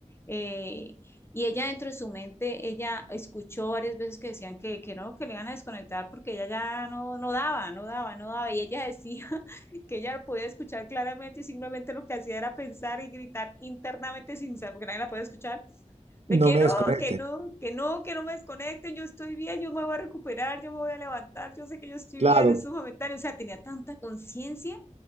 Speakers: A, on the left; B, on the right.
A: Eh, y ella dentro de su mente, ella escuchó varias veces que decían que, que no, que le iban a desconectar porque ella ya no, no daba, no daba, no daba. Y ella decía <laughs> que ella podía escuchar claramente y simplemente lo que hacía era pensar y gritar internamente sin saber, porque nadie la podía escuchar de
B: no
A: que
B: me
A: no,
B: desconecten,
A: que no, que no, que no me desconecten, yo estoy bien, yo me voy a recuperar, yo me voy a levantar, yo sé que yo estoy
B: claro,
A: bien, eso es momentáneo, o sea, tenía tanta conciencia